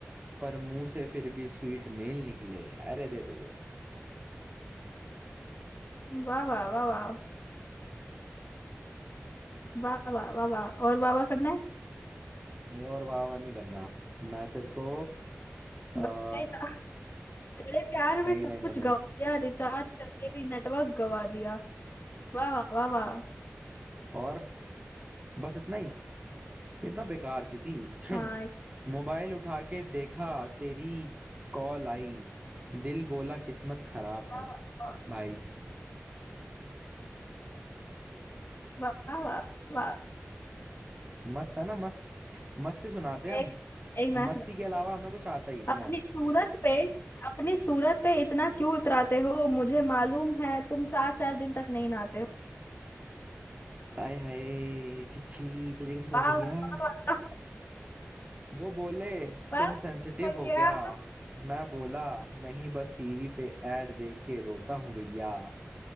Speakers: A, on the right; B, on the left.
A: पर मुंह से फिर भी स्वीट मेल निकले अरे दे दे दे
B: वाह वाह वाह वाह वाह वाह वाह वाह और वाह वाह करना है
A: नहीं और वाह वाह नहीं करना मैं तेरे को आ,
B: बस इतना ही था तेरे प्यार में
A: नहीं
B: सब
A: नहीं नहीं
B: कुछ
A: नहीं
B: गवा दिया रिचार्ज करके भी नेटवर्क गवा दिया वाह वाह वाह वाह
A: और बस इतना ही इतना बेकार सी थी
B: हाँ
A: <clears throat>
B: एक-
A: मोबाइल उठा के देखा तेरी कॉल आई दिल बोला किस्मत खराब
B: वाह
A: है
B: वाह
A: भाई
B: वाह वाह वाह, वाह।
A: मस्त है ना मस्त मस्ती सुनाते हैं हम
B: एक एक मैं सुनाती
A: मस्ती के अलावा हमें कुछ आता ही नहीं
B: हूँ। अपनी
A: है
B: सूरत पे अपनी सूरत पे इतना क्यों इतराते हो मुझे मालूम है तुम चार चार दिन तक नहीं नहाते हो
A: हाय हाय छिछी तुझे कैसे पता
B: वाह
A: चल
B: वाह
A: गया
B: वाह वाह
A: वो बोले
B: वाह
A: तुम सेंसिटिव
B: वाह,
A: हो
B: क्या
A: क्या मैं बोला नहीं बस टीवी पे एड देख के रोता हूँ भैया